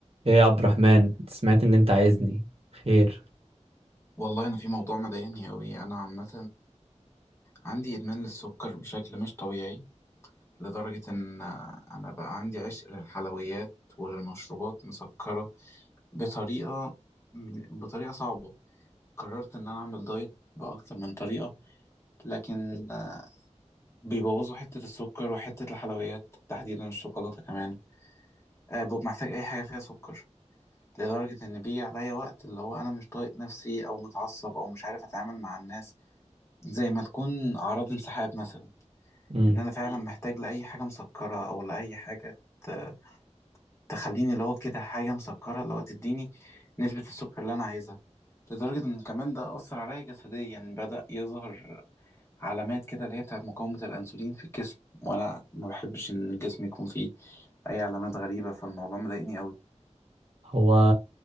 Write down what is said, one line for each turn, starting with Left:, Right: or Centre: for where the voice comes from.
Right: ايه يا عبد الرحمن سمعت ان انت عايزني خير
Left: والله انا في موضوع مضايقني قوي انا عامه عندي ادمان للسكر بشكل مش طبيعي لدرجه ان انا بقى عندي عشق للحلويات وللمشروبات مسكره بطريقه بطريقه صعبه قررت ان انا اعمل دايت باكتر من طريقه لكن آه، بيبوظوا حته السكر وحته الحلويات تحديدا الشوكولاته كمان آه، ببقى محتاج اي حاجه فيها سكر لدرجه ان بيجي عليا وقت اللي هو انا مش طايق نفسي او متعصب او مش عارف اتعامل مع الناس زي ما تكون أعراض انسحاب مثلا
Right: امم
Left: إن أنا فعلا مم. محتاج لأي حاجة مسكرة أو لأي حاجة ت- تخليني اللي هو كده حاجة مسكرة اللي هو تديني نسبة السكر اللي أنا عايزها لدرجة إن كمان ده أثر عليا جسديا بدأ يظهر علامات كده اللي هي بتاعت مقاومة الأنسولين في الجسم وأنا ما بحبش إن الجسم يكون فيه أي علامات غريبة فالموضوع مضايقني أوي
Right: هو